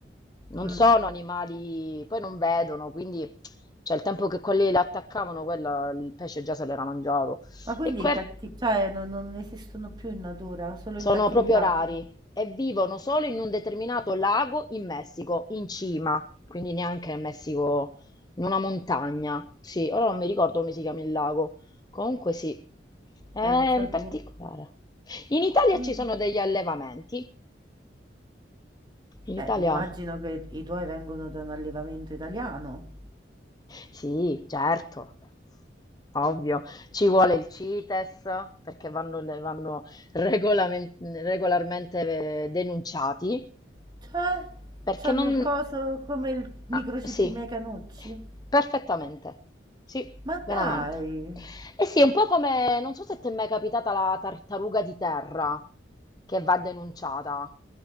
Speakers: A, on the left (about 20°); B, on the right (about 25°).
A: Non
B: mm.
A: sono animali, poi non vedono, quindi cioè, il tempo che quelli la attaccavano, quella, il pesce già se l'era mangiato.
B: Ma quindi
A: E que-
B: in cattività, cioè non, non esistono più in natura, solo
A: sono
B: in cattività.
A: proprio rari e vivono solo in un determinato lago in Messico, in cima, quindi neanche in Messico, in una montagna. Sì, ora non mi ricordo come si chiama il lago. Comunque sì, è
B: Pensa
A: in particolare.
B: tu.
A: In Italia
B: Mm.
A: ci sono degli allevamenti. In
B: Eh,
A: Italia...
B: immagino che i tuoi vengono da un allevamento italiano.
A: Sì, certo, ovvio. Ci vuole il CITES perché vanno, vanno regolamen- regolarmente eh, denunciati,
B: Cioè,
A: perché
B: c'hanno
A: non...
B: il coso come il microchip
A: Ah, sì,
B: i miei canucci?
A: perfettamente. Sì,
B: Ma dai!
A: veramente. E sì, è un po' come, non so se ti è mai capitata la tartaruga di terra che va denunciata. Non